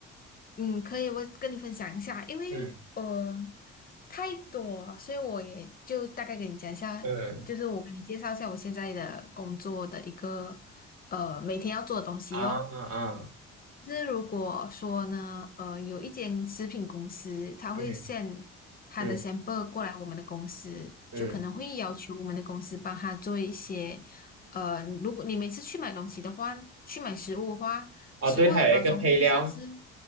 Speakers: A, on the left; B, on the right.
A: 嗯，可以，我跟你分享一下，因为呃
B: 嗯
A: 太多了所以我也就大概跟你讲一下，
B: 嗯
A: 就是我给你介绍一下我现在的工作的一个呃每天要做的东西哦。
B: 啊啊
A: 就是如果说呢，呃，有一间食品公司，他会
B: 嗯
A: s 他的
B: 嗯
A: sample 过来我们的公司，
B: 嗯，
A: 就可能会要求我们的公司帮他做一些，呃，如果你每次去买东西的话，去买食物的话，
B: 哦，
A: 食物的包装是不是？
B: 对，它有一个配料，